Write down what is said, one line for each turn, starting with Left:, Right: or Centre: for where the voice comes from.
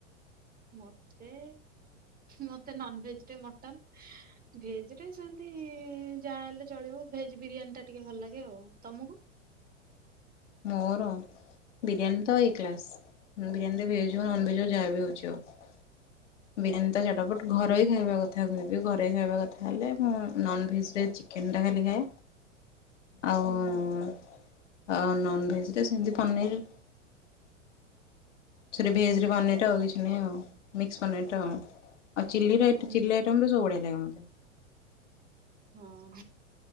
Right: ମତେ। ମତେ ନନ୍ ଭେଜ୍ ରେ ମଟନ୍ ଭେଜ୍ ରେ ସେମତି ଯାହା ହେଲେ ଚଳିବ। ଭେଜ୍ ବିରିୟାନି ଟା ଟିକେ ଭଲ ଲାଗେ ଆଉ ତମୁକୁ?
Left: <unintelligible> ମୋର ବିରିୟାନୀ ତ ଏ କ୍ଲାସ୍ ମୁଁ ବିରୀୟାନି। ମତେ ଭେଜ୍ ହଉ ନନ୍ ଭେଜ୍ ହଉ ଯାହା ବି ହଉଚି ହଉ। ବିରିୟାନୀ ତ ଚଟା ପଟ୍ ଘରଇ ଖାଇବା ହଉ। କଥା କହିବି ଘରେଇ ଖାଇବା କଥା ହେଲେ ମୁଁ ନନ୍ ଭେଜ୍ ରେ ଚିକେନ୍ ଟା ଖାଲି ଖାଏ। ଆଉ।
Right: ହୁଁ
Left: ନନ୍ ଭେଜ୍ ରେ ସେମିତି ପନିର। ସେଠୁ ଭେଜ୍ ରେ ପନିର
Right: ହୁଁ।
Left: ଟା ଆଉ କିଛି ନାହିଁ ଆଉ ମିକ୍ସ ପନିର ଟା ଆଉ। ଆଉ ଚିଲି ର ଆଇଟ୍
Right: ହୁଁ
Left: ଚିଲି ଆଇଟମ୍ ରୁ ସବୁ ବଢ଼ିଆ ଲାଗେ ମତେ।
Right: ହଁ